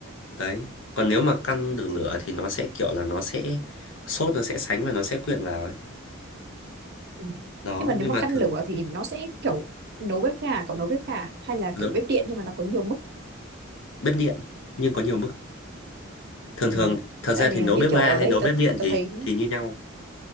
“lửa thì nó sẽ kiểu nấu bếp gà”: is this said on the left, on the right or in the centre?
Right